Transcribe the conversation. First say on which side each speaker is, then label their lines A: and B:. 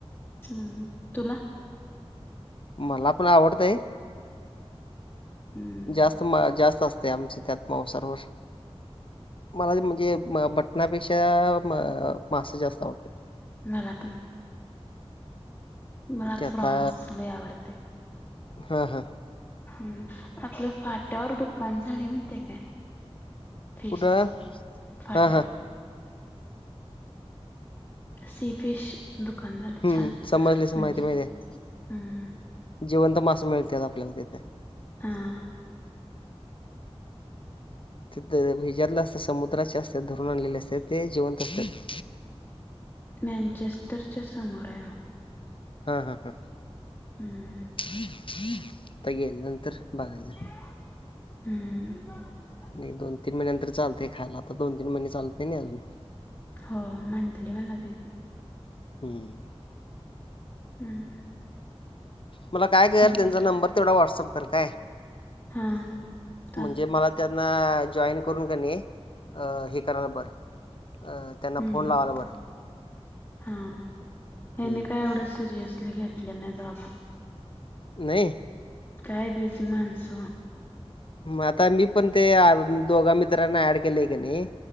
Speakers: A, on the left (about 20°); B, on the left (about 55°).
A: हम्म. तुला?
B: मला पण आवडतंय.
A: हम्म
B: जास्त मा जास्त असतय. आमचं त्यात मावसारं वर. मला म्हणजे मटनापेक्षा, म मासे जास्त आवडतात.
A: मला पण. मला
B: ते
A: फ्रॉन्स
B: आता
A: लय आवडते
B: हां हां.
A: हम. आपल फाट्यावर दुकान झालय माहित आहे काय? फिशच
B: कुठं?
A: फाट्यावर
B: हां, हां.
A: सी फिश दुकान झालय
B: हं.
A: छान.
B: समजले सम-
A: म्हणजे,
B: माहिती माहिती आहे.
A: हम.
B: जिवंत मास मिळतात आपल्याला तिथे.
A: हा.
B: तिथं हेज्यातलं असत्यात समुद्राचे असत्यात धरून आणलेले असत्यात. ते जिवंत असत्यात.
A: मॅचेस्टरच्या समोर आहे बघ.
B: हा हा हा
A: हम्म
B: आता गेल्यानंतर बघायचं.
A: हम्म.
B: नाही दोन तीन महिन्यांतर चालंतय खायला आता दोन तीन महिने चालत नाही अजून.
A: हो. म्हटली मला दिदी.
B: हम्म.
A: हम्म.
B: मला काय कर.
A: पुढचा
B: त्यांचा नंबर तेवढा व्हॉटसअप कर काय.
A: हा चालत
B: म्हणजे मला, त्यांना जॉईन करून कणी हे करायला बरं. अ. त्यांना
A: हम.
B: फोन लावायला बरं.
A: हा हेनी
B: हम्म.
A: काय एवढं सिरियसली घेत ल्याने बाबा.
B: नाही.
A: काय बीजी माणस.
B: आता मी पण ते दोघा मित्रांना ऍड केलेय का नाही